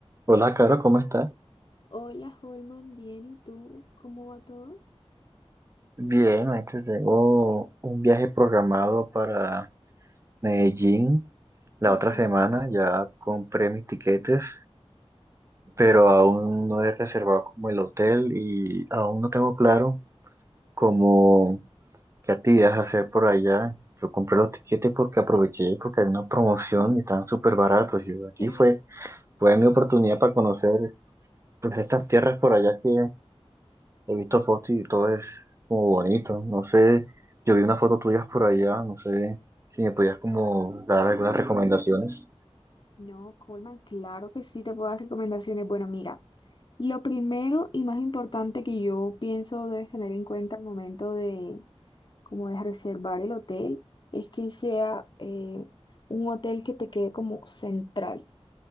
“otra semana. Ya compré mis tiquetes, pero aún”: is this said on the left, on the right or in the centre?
Right